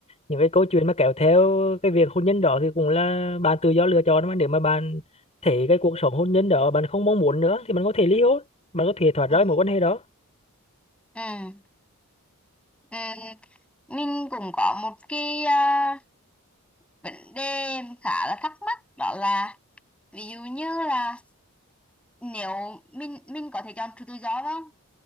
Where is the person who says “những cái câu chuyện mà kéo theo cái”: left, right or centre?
Left